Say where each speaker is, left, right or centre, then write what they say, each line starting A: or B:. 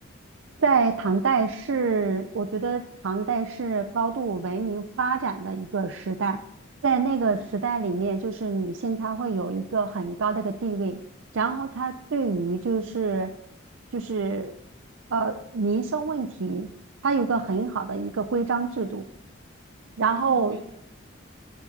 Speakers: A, on the right; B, on the right.
A: 在唐代是，我觉得唐代是高度文明发展的一个时代，在那个时代里面，就是女性她会有一个很高的一个地位，然后她对于就是就是呃民生问题，她有个很好的一个规章制度，然后
B: 啊，对的。